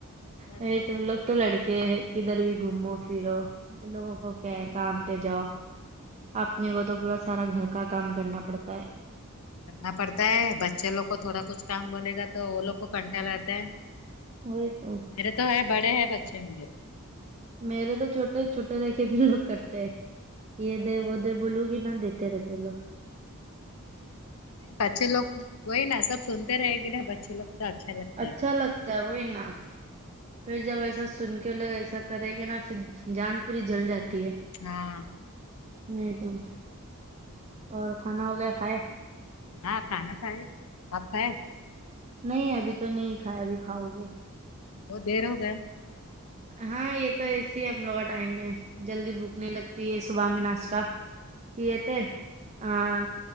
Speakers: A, on the left; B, on the right.
A: بس
B: ا تو لوگ تو لڑکے کدھر بھی گھومو پھرو ان لوگوں کو کیا ہے کام پہ جاؤ اپنے کو تو پورا سارا گھر کا کام کرنا پڑتا ہے
A: کرنا پڑتا ہے بچے لوگ کو تھوڑا کچھ کام بولے گا تو وہ لوگ کو کنٹال اتا ہے
B: وہی تو
A: میرے تو ہے بڑے ہے بچے میرے
B: میرے تو چھوٹے چھوٹے رہ کے بھی لوگ کرتے یہ دے وہ دے بولو گی نہ دیتے رہتے لوگ
A: بچے لوگ وہی نا سب سنتے رہے گے نا بچے لوگ تو اچھا لگتا
B: اچھا
A: ہے
B: لگتا ہے وہی نام پھر جب ایسا سن کہ لوگ ایسا کریں گے نا پھر جان پوری جل جاتی ہے
A: ہاں
B: نہیں تو اور کھانا ہو گیا کھائے
A: ہاں کھانا کھائے آپ کھائے
B: نہیں ابھی تو نہیں کھایا بھی کھاؤ گے
A: بہت دیر ہوگیا
B: ہاں یہ تو ایسی ہم لوگ کا ٹائم میں جلدی بھوک نی لگتی ہے صبح میں ناشتہ کیے تھے ہاں